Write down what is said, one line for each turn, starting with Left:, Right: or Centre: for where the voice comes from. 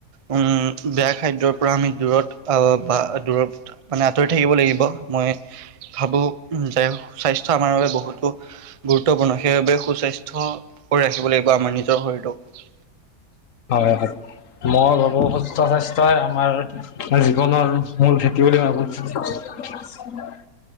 Right: উম বেয়া খাদ্যৰ পৰা আমি দূৰত বা দূৰত মানে আঁতৰি থাকিব লাগিব মই ভাবোঁ যে স্বাস্থ্য আমাৰ বাবে বহুতো গুৰুত্বপূৰ্ণ সেইবাবে সুস্বাস্থ্য কৰি ৰাখিব লাগিব বা আমাৰ নিজৰ শৰীৰটোক
Left: হয় হয় মই ভাবো সুস্থ স্বাস্থ্য তই আমাৰ জীৱনৰ মূল খেতি বুলি ভাবো